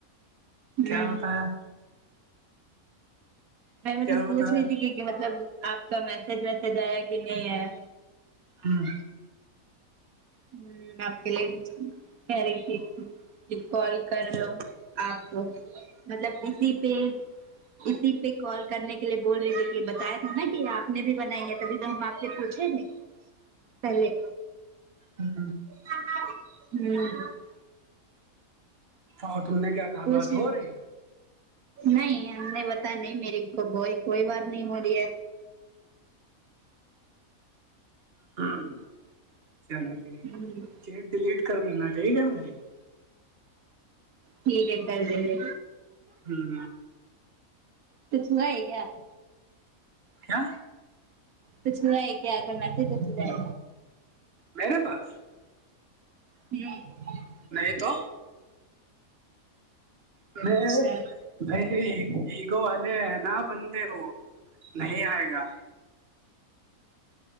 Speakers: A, on the right; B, on the right.
A: کیا
B: ہ
A: بتایا
B: میں مطلب
A: کیا
B: پوچھ
A: بتایا
B: رہی تھی کی کہ مطلب آپ کا میسج ویسج آیا کہ نہیں آیا
A: ہاں
B: ہمم آپ کے لیے کہہ رہی تھی کہ کال کر لو آپ کو مطلب اسی پہ اسی پہ کال کرنے کے لیے بول رہے تھے کہ بتایا تھا نا کہ آپ نے بھی بنائی ہے تبھی ہم آپ سے پوچھے تھے پہلے
A: امم
B: ہوں
A: اور تم نے کیا کہا
B: پوچھ
A: بات ہو
B: تھی
A: رہی
B: نہیں ہم نے بتا نہیں میری کوئی کوئی بات نہیں ہو رہی ہے
A: ہاں چلو ٹھیک ہے
B: ہ
A: چیٹ ڈیلیٹ کر دینا ٹھیک ہے میری
B: ٹھیک ہے کر دیں گے
A: ہوں
B: کچھ ہوا ہے کیا
A: کیا
B: کچھ ہوا ہے کیا آ کر میسج ویسج ائے
A: میرے پاس
B: ن <unintelligible>
A: نہیں تو م <unintelligible>
B: اچھا
A: بھائی ایگو والے ہے نا بندے وہ نہیں آئے گا